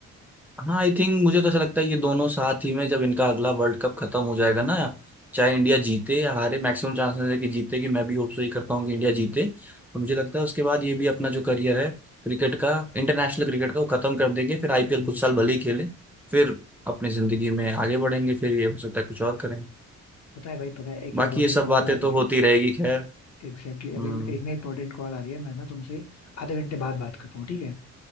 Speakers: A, in the centre; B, on the left (about 55°).
A: हाँ आई थिंक मुझे तो ऐसा लगता है ये दोनों साथ ही में जब इनका अगला वर्ल्ड कप खत्म हो जाएगा ना चाहे इंडिया जीते या हारे मैक्सिमम चांसेस है कि जीते कि मैं भी होप सो ही करता हूँ कि इंडिया जीते तो मुझे लगता है उसके बाद ये भी अपना जो करियर है क्रिकेट का इंटरनेशनल क्रिकेट का वो खत्म कर देंगे फिर आईपीएल
B: हम्म,
A: कुछ साल भले ही खेले फिर अपनी जिंदगी में आगे बढ़ेंगे फिर ये हो सकता है कुछ और करें
B: पता है भाई पता है एक
A: बाकी
B: इम्पोर्टेंट
A: ये सब
B: कॉल
A: बातें
B: आ रही
A: तो
B: है
A: होती रहेगी खैर
B: एग्जैक्टली exactly,
A: हम्म
B: अभी एक ना इम्पोर्टेंट कॉल आ रही है मैं ना तुमसे आधे घंटे बाद बात करता हूँ ठीक है